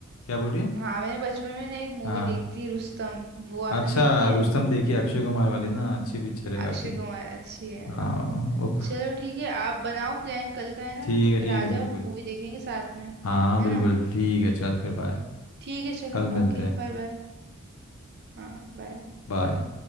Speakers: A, on the left; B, on the right.
A: क्या बोल रही है
B: हाँ मैंने बचपन में ना एक मूवी
A: हाँ
B: देखी थी रुस्तम वो
A: अच्छा
B: आपने देखी है
A: रुस्तम देखिए अक्षय कुमार वाली ना अच्छी पिक्चर है काफ़ी
B: अक्षय कुमार अच्छी है
A: हाँ
B: हाँ
A: ओके
B: चलो ठीक है आप बनाओ प्लान कल का है ना
A: ठीक
B: तो
A: है
B: फिर
A: ठीक
B: आ
A: है
B: जाओ
A: बिल्कुल
B: मूवी देखेंगे साथ में
A: हाँ
B: है
A: बिल्कुल
B: ना
A: ठीक है चल फिर बाय
B: ठीक है चलो
A: कल मिलते
B: ओके
A: हैं
B: बाय बाय हाँ बाय
A: बाय